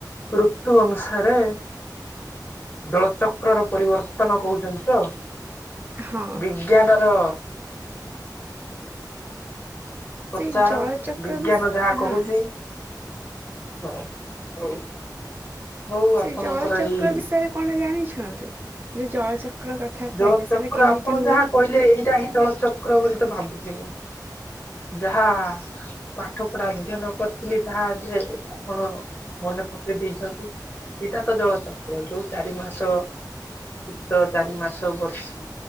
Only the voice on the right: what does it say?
ହଁ
ସେଇ ଜଳଚକ୍ର
ବି
ହଁ
ସେଇ
ଜଳଚକ୍ର
ବିଷୟରେ କଣା ଜାଣିଛନ୍ତି ଯୋଉ ଜଳଚକ୍ର କଥା କହିଲେ
ସେଟା କେମିତି
ହୁଏ?